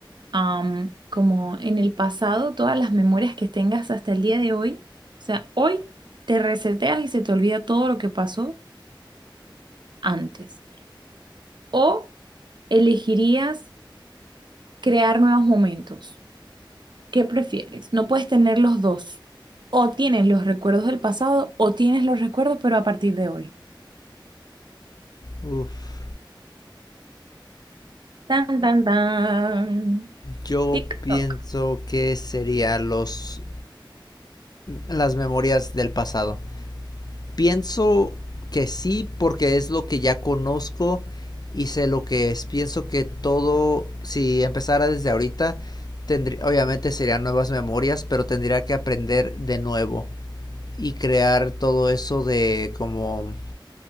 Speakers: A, on the right (about 60°); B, on the left (about 50°).
A: am, como en el pasado todas las memorias que tengas hasta el día de hoy? O sea, hoy te reseteas y se te olvida todo lo que pasó antes. ¿O elegirías crear nuevos momentos? ¿Qué prefieres? No puedes tener los dos. O tienes los recuerdos del pasado o tienes los recuerdos pero a partir de hoy.
B: Uf,
A: Tan, tan, tan.
B: yo
A: TikTok.
B: pienso que serían los las memorias del pasado. Pienso que sí, porque es lo que ya conozco y sé lo que es. Pienso que todo, si empezara desde ahorita, tendría, obviamente serían nuevas memorias, pero tendría que aprender de nuevo y crear todo eso de como